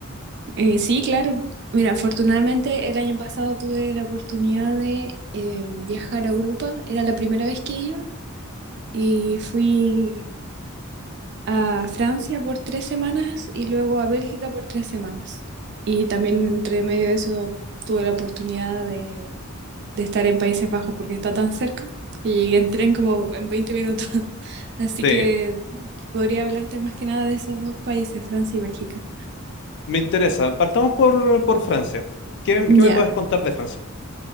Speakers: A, on the right; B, on the left.
A: Eh, sí, claro. Mira, afortunadamente el año pasado tuve la oportunidad de eh, viajar a Europa. Era la primera vez que iba y fui a Francia por tres semanas y luego a Bélgica por tres semanas. Y también entre medio de eso tuve la oportunidad de, de estar en Países Bajos porque está tan cerca que llegué en tren como en 20 minutos. <laughs> Así
B: Sí,
A: que podría hablarte más que nada de esos dos países, Francia y Bélgica.
B: me interesa. Partamos por, por Francia. ¿Qué,
A: Ya,
B: qué me puedes contar de Francia?